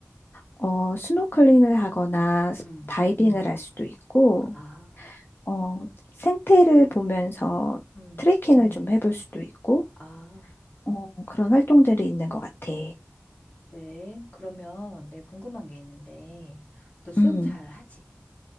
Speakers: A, on the left (about 55°); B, on the left (about 30°).
A: 어, 스노클링을 하거나 스-
B: 음,
A: 음, 다이빙을 할 수도 있고,
B: 아,
A: 어, 생태를 보면서
B: 음.
A: 트레킹을 음. 좀 해볼 수도 있고,
B: 아,
A: 어, 그런 활동들이 있는 것 같아.
B: 그 그러면 내가 궁금한 게 있는데 너 수영
A: 음,
B: 잘 하지?